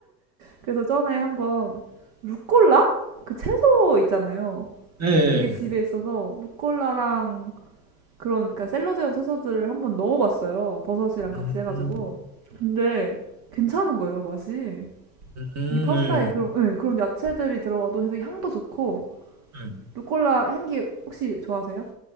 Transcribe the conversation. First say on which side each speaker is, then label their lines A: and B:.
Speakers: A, on the right; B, on the right.
A: 그래서 전에 한번 루꼴라? 그 채소 있잖아요.
B: 예. 예.
A: 그게 집에 있어서 루꼴라랑 그런 그러니까 샐러드용 채소들을 한번 넣어봤어요. 버섯이랑 같이
B: 음,
A: 해가지고.
B: 음,
A: 근데 괜찮은 거예요 맛이.
B: 음,
A: 이게 파스타에 그런 예, 그런 야채들이 들어가도 되게 향도 좋고
B: 예. 예.
A: 루꼴라 향기 혹시 좋아하세요?